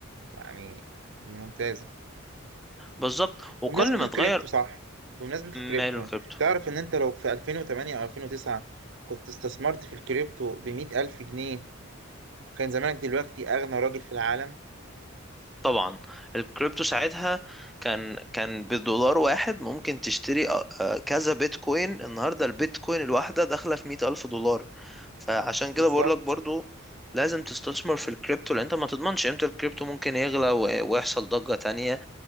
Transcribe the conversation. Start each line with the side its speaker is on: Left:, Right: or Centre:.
Right: يعني ممتازه
Centre: بالظبط وكل
Right: بمناسبه
Centre: ما
Right: الكريبتو
Centre: تغير
Right: صح بمناسبه الكريبتو
Centre: ماله الكريبتو
Right: تعرف ان انت لو في 2008 او 2009 كنت استثمرت في الكريبتو ب 100000 جنيه كان زمانك دلوقتي اغنى راجل في العالم
Centre: طبعا الكريبتو ساعتها كان كان بدولار واحد ممكن تشتري آه، آه، كذا بيتكوين النهارده البيتكوين الواحده داخله في مية ألف دولار فعشان
Right: بالظبط
Centre: كده بقول لك برضو لازم تستثمر في الكريبتو لان انت ما تضمنش امتى الكريبتو ممكن يغلى و- ويحصل ضجة تانية